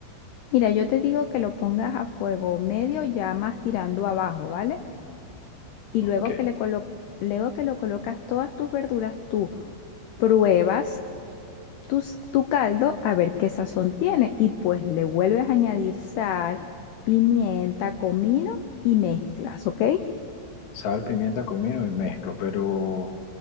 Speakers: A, on the left; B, on the left.
A: Mira, yo te digo que lo pongas a fuego medio, ya más tirando abajo, ¿vale? Y
B: Ok,
A: luego que le colo- luego que lo colocas todas tus verduras, tú pruebas tus, tu caldo a ver qué sazón tiene y pues le vuelves a añadir sal, pimienta, comino y mezclas, ¿ok?
B: sal, pimienta, comino y mezclo, pero,